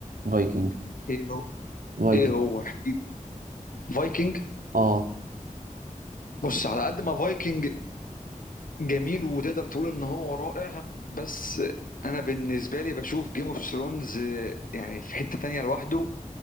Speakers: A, on the right; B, on the left.
A: فايكنج
B: ايه هو
A: فايكنج
B: ايه هو احكي فايكنج
A: اه
B: بص على قد ما فايكنج جميل وتقدر تقول ان هو رائع بس انا بالنسبه لي بشوف جيم اوف ثرونز يعني في حته تانية لوحده